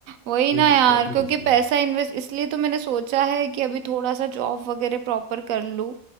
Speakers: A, on the right; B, on the left.
A: वही
B: कोई
A: ना
B: दिक्कत
A: यार
B: नहीं
A: क्योंकि
B: है उसमें
A: पैसा इन्वेस्ट इसलिए तो मैंने सोचा है कि अभी थोड़ा सा जॉब वगैरह प्रॉपर कर लूँ